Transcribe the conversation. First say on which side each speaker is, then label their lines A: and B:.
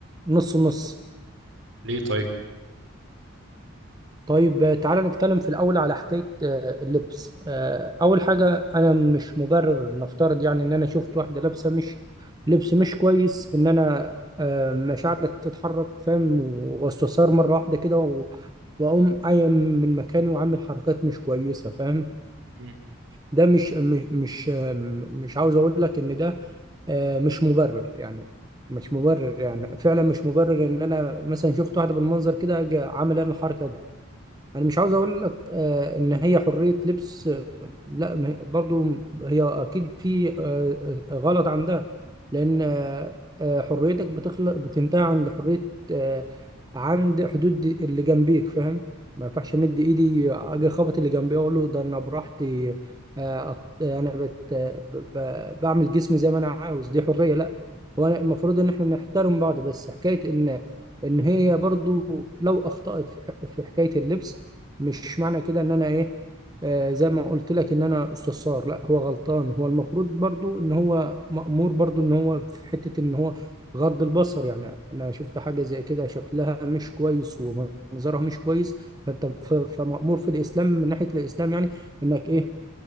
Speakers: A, on the right; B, on the right.
A: نص نص
B: ليه طيب
A: طيب تعالى نتكلم في الاول على حكايه آه، اللبس آه، اول حاجه انا مش مبرر نفترض يعني ان انا شفت واحده لابسه مش لبس مش كويس ان انا آه، مشاعري تتحرك فاهم واستثار مره واحده كده و- واقوم قايم من مكاني وعامل حركات مش كويسه فاهم
B: مم.
A: ده مش م- مش مش عاوز اقول لك ان ده آه، مش مبرر يعني مش مبرر يعني فعلا مش مبرر ان انا مثلا شفت واحده بالمنظر كده اجي عامل انا الحركه دي انا مش عاوز اقول لك آه، ان هي حرية لبس آه، لا ما هي- برضو هي اكيد في آه، آه، غلط عندها لان آه، آه، حريتك بتخلق بتنتهي عند حرية آه، عند حدود اللي جنبيك فاهم ما ينفعش امد ايدي اجي اخبط اللي جنبي اقول له ده انا براحتي آه، أط- انا بت آه، ب- ب- بعمل جسمي زي ما انا عاوز دي حرية لا هو المفروض ان احنا نحترم بعض بس حكاية ان ان هي برضو لو اخطأت في ح- في حكاية اللبس مش معنى كده ان انا ايه آه زي ما قلت لك ان انا استثار لا هو غلطان هو المفروض برضو ان هو مأمور برضو ان هو في حتة ان هو غض البصر يعني انا شفت حاجة زي كده شكلها مش كويس ومنظرها مش كويس فانت ف- فمأمور في الاسلام من ناحية الاسلام يعني انك ايه